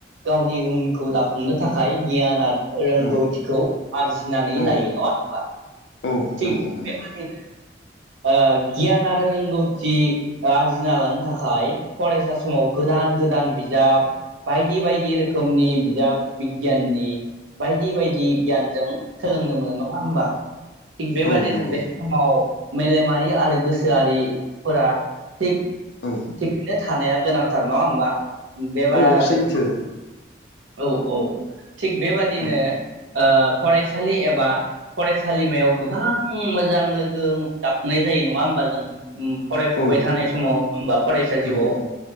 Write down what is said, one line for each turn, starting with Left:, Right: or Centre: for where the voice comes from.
Right: गावनि उनखौ दा नुनो थाखाय गियान आरो रोंगौथिखौ
Left: औ
Right: आरजिनानै
Left: औ
Right: लायो नङा होमबा
Left: औ
Right: थिग
Left: नंगौ नंगौ
Right: बेबादिनो ओ गियान आरो रोंगौथि ओ आरजि लानो थाखाय फरायसा समाव गोदान-गोदान बिजाब बायदि-बायदि रोखोमनि बिजाब बिगियाननि बायदि- बायदि गियानजों सोलोंनो मोनो नङा होमबा थिग बेबादिनो
Left: औ नंगौ
Right: बे समाव मेलेमारि आरो गोसोआरिफोरा थिग
Left: औ
Right: थिगनो थानाया गोनांथार नङा होमबा बेबा
Left: औ सैथो
Right: बे औ औ थिग बेबादिनो
Left: औ
Right: ओ फरायसालि एबा फरायसालिमायाव गोबां मोजां लोगो दाफुंनाय जायो नङा होमबा जों उम फरायफुबाय
Left: औ
Right: थानाय समाव होनबा फरायसा जिउआव
Left: नंगौ